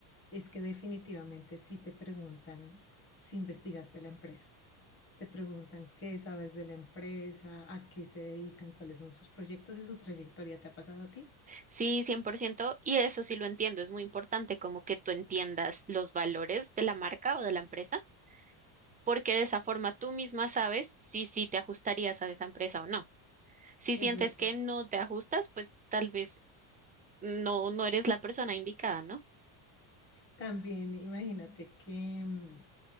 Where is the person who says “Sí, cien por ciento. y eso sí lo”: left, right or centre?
Right